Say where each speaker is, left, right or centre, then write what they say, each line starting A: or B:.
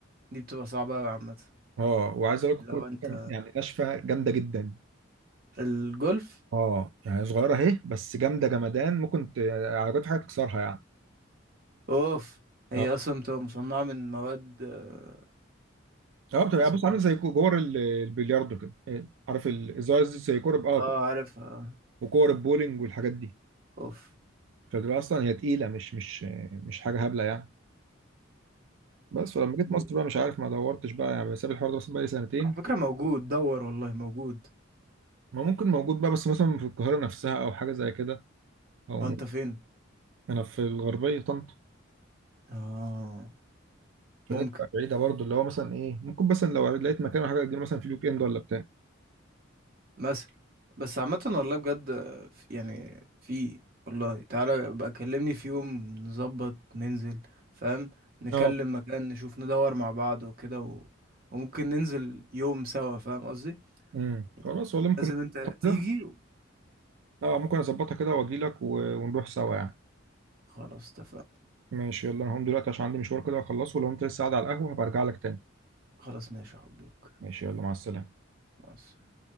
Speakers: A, on the right; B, on the right.
A: دي بتبقى صعبة أوي عامة
B: اه وعايز اقول لك
A: لو
B: الكوره دي
A: انت
B: كان- يعني ناشفه جامده جدا
A: الجولف
B: اه يعني صغيره اهي بس جامده جمدان ممكن ت- عربيات حاجه تكسرها يعني
A: اوف هي
B: اه
A: اصلا بتبقى مصنعة من مواد آه،
B: اه بتبقى
A: اسمه
B: بص عامل
A: ايه
B: زي كو- كور ال- البلياردو كده إيه، عارف الازاز دي زي كور ب- اه
A: اه
B: كور-
A: عارفها آه.
B: وكور البولينج والحاجات دي
A: اوف
B: فبتبقى اصلا هي تقيله مش مش مش حاجه هبله يعني بس ولما جيت
A: و-
B: مصر بقى مش عارف ما دورتش بقى يعني بسيب الحوار ده مثلا بقى لي سنتين
A: على فكرة موجود دور والله موجود
B: ما ممكن موجود بقى بس مثلا في القاهره نفسها او حاجه زي كده او
A: هو
B: م-
A: انت فين
B: انا في الغربيه طنطا
A: اه
B: فده
A: ممكن
B: بتبقى بعيده برضو اللي هو مثلا ايه ممكن مثلا لو لقيت مكان ولا حاجه اجيب مثلا في الويك اند ولا بتاع
A: مثلا بس عامة والله بجد في- يعني في والله تعالى بقى كلمني في يوم نظبط ننزل فاهم نكلم
B: اه
A: مكان نشوف ندور مع بعض وكده و... وممكن ننزل يوم سوا فاهم قصدي
B: امم
A: يعني
B: خلاص والله ممكن
A: لازم انت
B: أظبطها
A: تيجي
B: كده
A: و...
B: اه ممكن اظبطها كده واجي لك ونروح سوا يعني
A: خلاص اتفقنا
B: ماشي يلا انا هقوم دلوقتي عشان عندي مشوار كده اخلصه لو انت لسه قاعد على القهوة هبقى ارجع لك تاني
A: خلاص ماشي يا حبيبي أوكي.
B: ماشي يلا مع السلامة
A: مع